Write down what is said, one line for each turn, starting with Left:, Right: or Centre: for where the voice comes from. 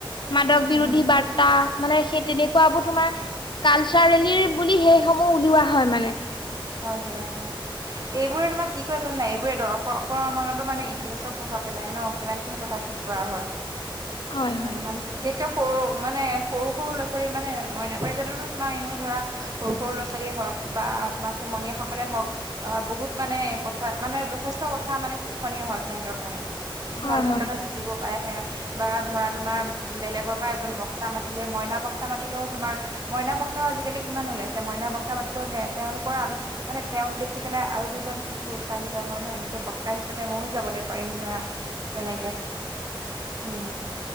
Left: মাদক বিৰোধী
Right: উম
Left: বাৰ্তা মানে সেই তেনেকুৱাবোৰ তোমাৰ কালচাৰেলিৰ বুলি সেইসমূহ উলিওৱা হয় মানে।
Right: হয় হয়, অ'। এইবোৰে তোমাৰ কি কয় জানা এইবোৰে দৰ্শকৰ মনতো মানে ইতিবাচক প্ৰভাৱ পেলাই ন' কিমান খিনি কথা শি শিকোৱা হয়,
Left: হয়
Right: আ,
Left: হয়
Right: মান বিশেষকে সৰু মানে সৰু সৰু ল'ৰাৱালী মানে মইনাপাৰী জাদৰতো তোমাৰ এনেও ধৰা সৰু সৰু ল'ৰা ছোৱালীয়ে হওক বা তোমাৰ সমনীয়াসকলে হওক আ, বহুত মানে কথা মানে য যথেষ্ট কথা মানে শিক্ষণীয় হয় সিহঁতৰ কাৰণে, খুব
Left: হয়
Right: ভাল ভাল
Left: হয়
Right: কথা শিকিব পাৰে বা ধৰা তোমাৰ বেলেগৰপৰা এজন বক্তা মাতিলে, মইনা বক্তা মাতিলেও তোমাৰ মইনা বক্তা আজিকালি কিমান ওলাইছে, মইনা বক্তা মাতিলেও তেওঁলোক কৰা মানে, তেওঁক দেখি পেলাই আৰু দুজন শিশু উৎসাহী হয় ন' এনেকে বক্তা হিচাপে ময়ো যাবলৈ পাৰিম ধৰা তেনেকে। উম